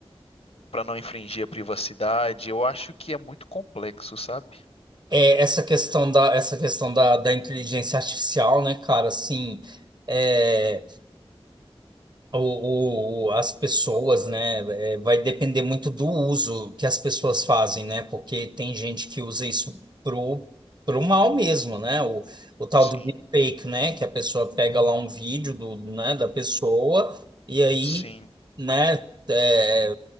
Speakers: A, on the left (about 75°); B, on the right (about 45°).
A: para não infringir a privacidade. Eu acho que é muito complexo, sabe?
B: É, essa questão da, essa questão da, da inteligência artificial, né, cara, assim, é. O, o- as pessoas, né, é, vai depender muito do uso que as pessoas fazem, né, porque tem gente que usa isso pro, pro mal mesmo, né, o, o tal
A: Sim,
B: do deepfake, né, que a pessoa pega lá um vídeo do, né, da pessoa e aí,
A: sim.
B: né, é,